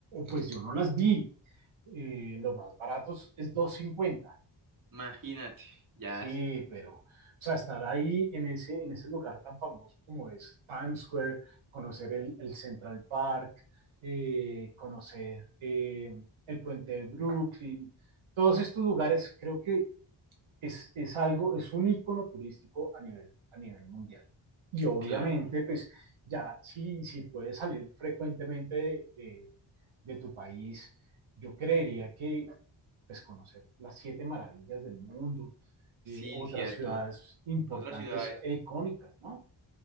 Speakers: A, on the right (about 80°); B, on the right (about 45°).
A: pues yo no las vi. Eh, los más baratos es dos cincuenta
B: Imagínate, ya
A: Sí,
B: es
A: pero, o sea, estar ahí en ese, en ese lugar tan famoso como es Times Square, conocer el, el Central Park, eh, conocer eh, el puente de Brooklyn, todos estos lugares creo que es, es algo, es un icono turístico a nivel, a nivel mundial. Y obviamente,
B: claro.
A: pues ya si, si puedes salir frecuentemente de, de- de tu país, yo creería que, pues, conocer las siete maravillas del mundo, eh,
B: Sí,
A: otras
B: cierto.
A: ciudades importantes
B: Otras ciudades,
A: e icónicas, ¿no?